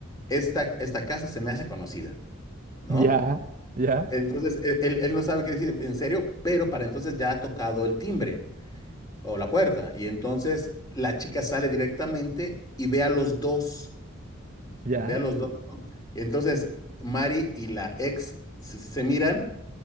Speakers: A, on the left; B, on the right.
A: Esta, esta casa se me hace conocida, ¿no?
B: ya, ya,
A: Entonces, él, él él no sabe qué decir, en serio, pero para entonces ya ha tocado el timbre. o la puerta. Y entonces la chica sale directamente y ve a los dos,
B: ya,
A: ve a los dos. Entonces Mari y la ex se, se miran